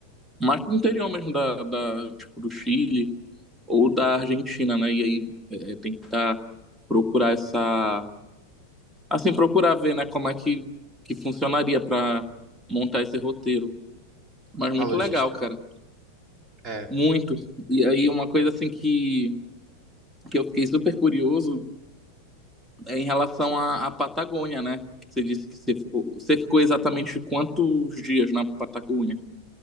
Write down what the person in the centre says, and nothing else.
mais pro interior mesmo, da, da, tipo, do Chile ou da Argentina, né, e aí é, é tentar procurar essa. Assim, procurar ver, né, como é que, que funcionaria para montar esse roteiro. Mas muito
legal, cara.
Muito. E aí, uma coisa assim que, que eu fiquei super curioso é em relação à, à Patagônia, né? Que Você disse que você ficou, você ficou exatamente quantos dias na Patagônia?